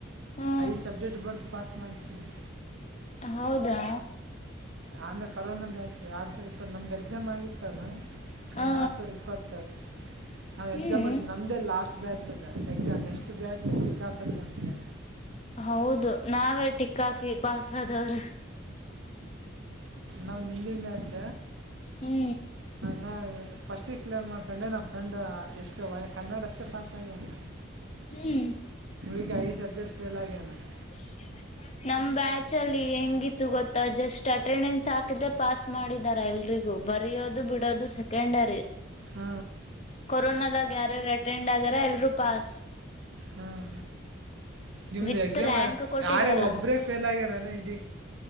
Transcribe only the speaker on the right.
ಐದು ಸಬ್ಜೆಕ್ಟ್ ಬರ್ದು ಪಾಸ್ <unintelligible>
ಅಂದ್ರ ಕರೋನಾ ಬ್ಯಾಚ್ ಎರಡ್ ಸೇಮ್ ಇದ್ದು ನಮ್ದ್ ಎಕ್ಸಾಮ್ ಆಗಿತ್ತಲ್ಲಾ ಹಾ
ಎರಡ್ ಸಾವಿರ ಇಪ್ಪತ್ತ ಹಾ ಎಕ್ಸಾಮ್
ಬರ್ದು ನಮ್ದೇ ಲಾಸ್ಟ್ ಬ್ಯಾಚ್ ಅದ ಎಕ್ಸಾಮ್ ನೆಕ್ಸ್ಟ್ ಬ್ಯಾಚ್ ಟಿಕ್ಕಾಕದ ಬಂತೆ
ನನ್ನ ಹಿಂದಿನ ಬ್ಯಾಚ್
ನಾನ ಫಸ್ಟಿಗೆ ಕ್ಲೇರ್ ಮಾಡ್ಕೊಂಡೆ ನಮ್ಮ ಫ್ರೆಂಡು ಎಷ್ಟು ಒ ಕನ್ನಡಷ್ಟೇ ಪಾಸಗ್ಯಲ್ಲ
ಈಗ ಐದ ಸಬಜೆಕ್ಟ್ ಫೇಲ್ ಆಗ್ಯನ್ ಆಗ ನಾ
ಹ್ಮ
ಹಾಂ ನಿಮ್ದು
ಎಕ್ಸಾಮ್
ಯಾರೇ ಒಬ್ರೇ ಫೇಲ್ ಆಗ್ಯಾರಲ್ಲ ಇಡೀ